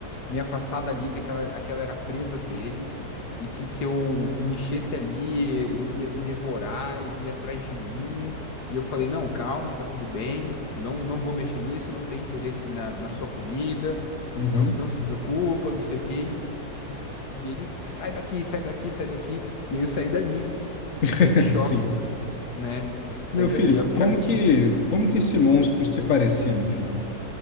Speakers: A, on the left; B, on the left.
A: me afastar dali, que aquela, aquela era a presa dele, e que se eu mexesse ali, ele ia me devorar, ele ia atrás de mim. E eu falei, não, calma, tá tudo bem, eu não, não vou mexer nisso, não tenho interesse na, na sua comida,
B: Uhum.
A: não, não se preocupa, não sei o quê. E, e- e ele, sai daqui, sai daqui, sai daqui. E aí eu saí dali,
B: <laughs>
A: eu saí em choque,
B: Sim.
A: né? Eu sa- eu saí
B: Meu filho,
A: dali, <laughs> obviamente.
B: como que, como que esse monstro se parecia, meu filho?